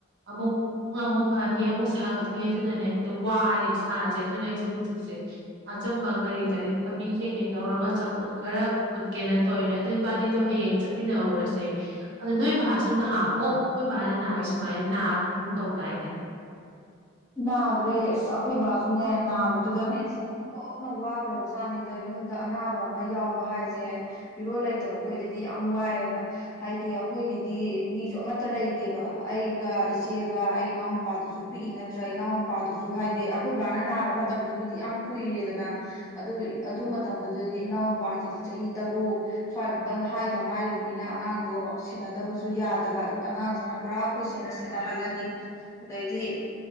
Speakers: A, on the right; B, on the left.
A: ꯑꯃꯨꯛ ꯑꯃꯨꯛ ꯐꯅꯤ ꯑꯃꯨꯛ ꯁꯥꯒꯠꯅꯤ ꯑꯗꯨꯅꯅꯦ ꯍꯦꯛꯇ ꯋꯥꯔꯦ ꯏꯁꯥꯁꯦ ꯑꯗꯨꯅ ꯑꯩꯁꯦ ꯍꯧꯖꯤꯛꯁꯦ ꯑꯆꯝꯕ ꯀꯔꯤ ꯀꯔꯤ ꯊꯕꯤ ꯀꯩꯀꯩ ꯇꯧꯔꯒ ꯆꯝꯐꯨꯠ ꯈꯔ ꯐꯨꯠꯀꯦꯅ ꯇꯧꯔꯤꯅꯦ ꯑꯗꯨ ꯏꯕꯥꯅꯤꯗꯣ ꯍꯌꯦꯡ ꯆꯠꯃꯤꯟꯅꯔꯔꯁꯦ ꯑꯗꯣ ꯅꯣꯏ ꯕꯥꯁꯨ ꯅꯍꯝꯑꯣ ꯑꯩꯈꯣꯏ ꯕꯥꯅ ꯍꯏ ꯁꯨꯃꯥꯏꯅ ꯅꯥꯈꯤꯕꯒꯨꯝ ꯇꯧꯗꯥꯏꯅꯦ
B: ꯅꯥꯈ꯭ꯔꯦ ꯑꯁ ꯑꯩꯈꯣꯏ ꯕꯥꯁꯨꯅꯦ ꯅꯥꯕꯗꯨꯗꯅꯦ ꯆ ꯊꯣꯛꯅ ꯋꯥꯈ꯭ꯔꯕ ꯖꯥꯠꯅꯤꯗ ꯌꯨꯝꯗ ꯑꯅꯥꯕ ꯑꯃ ꯌꯥꯎꯕ ꯍꯥꯏꯁꯦ ꯃꯤꯔꯣꯜ ꯂꯩꯇꯕ ꯈꯣꯏꯗꯗꯤ ꯌꯥꯝ ꯋꯥꯏꯑꯦꯕ ꯍꯥꯏꯗꯤ ꯑꯩꯈꯣꯏꯒꯤꯗꯤ ꯃꯤꯁꯨ ꯑꯃꯠꯇ ꯂꯩꯇꯦꯕ ꯑꯩꯒ ꯏꯆꯦꯒ ꯑꯩ ꯏꯅꯥꯎꯅꯨꯄꯥꯗꯨꯁꯨ ꯄꯤꯛꯏ ꯅ ꯅꯠꯇ꯭ꯔ ꯏꯅꯥꯎ ꯅꯨꯄꯥꯗꯨꯁꯨ ꯍꯥꯏꯗꯤ ꯑꯩꯈꯣꯏ ꯕꯥꯅ ꯅꯥꯕ ꯃꯇꯝꯗꯨꯕꯨꯗꯤ ꯌꯥꯝ ꯀꯨꯏꯔꯦꯗꯅ ꯑꯗꯨ ꯑꯗꯨ ꯃꯇꯝꯗꯨꯗꯗꯤ ꯏꯅꯥꯎ ꯅꯨꯨꯄꯥꯁꯤꯗꯤ ꯆꯍꯤ ꯇꯔꯨꯛ ꯁ꯭ꯋꯥꯏꯃꯨꯛꯇꯪ ꯍꯥꯏꯗ ꯉꯥꯏꯔꯤꯕꯅꯤꯅ ꯑꯉꯥꯡꯗꯣ ꯁꯦꯟꯅꯗꯕꯁꯨ ꯌꯥꯗꯕ ꯑꯉꯥꯡꯁꯤꯅ ꯄꯨꯔꯥ ꯑꯩꯈꯣꯏꯁꯦꯅ ꯁꯦꯟꯅꯍꯜꯂꯅꯤ ꯑꯗꯩꯗꯤ